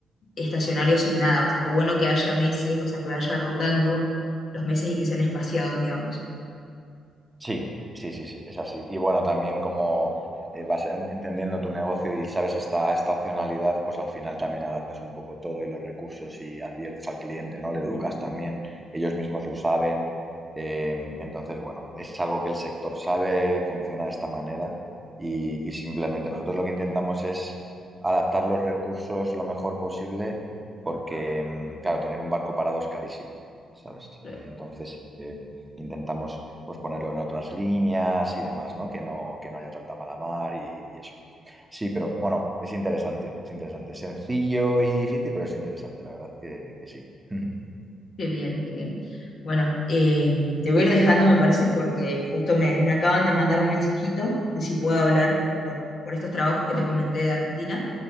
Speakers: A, on the left (about 60°); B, on the right (about 15°).
A: estacionario sin nada. O sea, qué bueno que haya meses, o sea, que vaya rotando los meses y que sean espaciados, digamos.
B: Sí, sí, sí, sí, es así. Y bueno, también como eh, vas en- entendiendo tu negocio y sabes esta estacionalidad, pues al final también adaptas un poco todo y los recursos y adviertes al cliente, ¿no? Le educas también, ellos mismos lo saben. Eh, entonces, bueno, es algo que el sector sabe, funciona de esta manera y, y simplemente nosotros lo que intentamos es adaptar los recursos lo mejor posible porque, mm, claro, tener un barco parado es carísimo, ¿sabes?
A: Claro.
B: Eh, entonces... eh, Intentamos pues ponerlo en otras líneas y demás, ¿no? Que no, que no haya tanta mala mar y, y eso. Sí, pero bueno, es interesante, es interesante. Sencillo y difícil, pero es interesante, la verdad que, que sí. <laughs>
A: Qué bien, qué bien. Bueno, eh, te voy a ir dejando, me parece, porque justo me, me acaban de mandar un mensajito de si puedo hablar por, por estos trabajos que te comenté de Argentina.